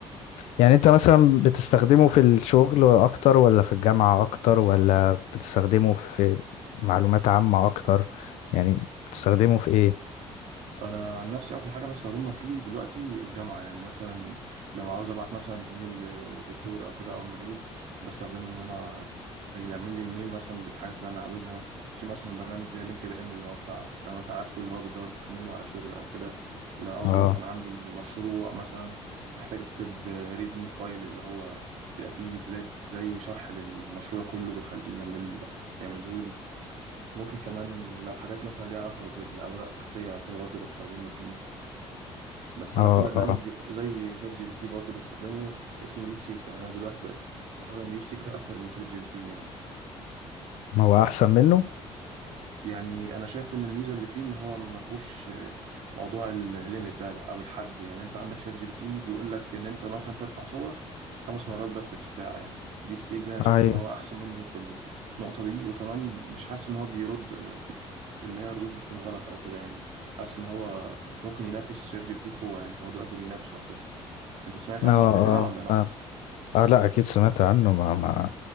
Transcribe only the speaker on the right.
انا عن نفسي اكتر حاجه بستخدمها فيه دلوقتي الجامعه يعني مثلا لو عاوز ابعت مثلا ايميل لدكتور او كده او معيد بستخدمه ان انا يعمل لي الميل مثلا بالحاجات اللي انا عاوزها في مثلا برنامج زي لينكد ان اللي هو بتاع لو انت عارفه اللي هو بتدور منه على شغل او كده لو عاوزه
مثلا عندي مشروع مثلا محتاج اكتب ريد مي فايل اللي هو بيبقى فيه زي زي شرح للمشروع كله بخليه يعمل يعمله ممكن كمان لو حاجات مثلا ليها علاقة بالأوراق البحثية أو كده برضو بستخدمه فيه بس
أنا في برنامج
زي شات جي بي تي برضو بستخدمه اسمه ديب سيك يعني أنا دلوقتي بقت بستخدم ديب سيك ده أكتر من شات جي بي تي يعني
يعني أنا شايف إن الميزة اللي فيه إن هو ما فيهوش آه، موضوع الليميت ده أو الحد يعني أنت عندك شات جي بي تي بيقول لك إن أنت مثلا ترفع صور خمس مرات بس في الساعة يعني ديب سيك ده أنا شايف
إن هو أحسن منه في النقطة دي وكمان مش حاسس إن هو بيرد اللي هي ردود بتكون غلط او كده يعني حاسس ان هو ممكن ينافس شات جي بي تي بقوه يعني هو دلوقتي بينافسه اساسا انت سمعت
عنه
قبل كده ولا لا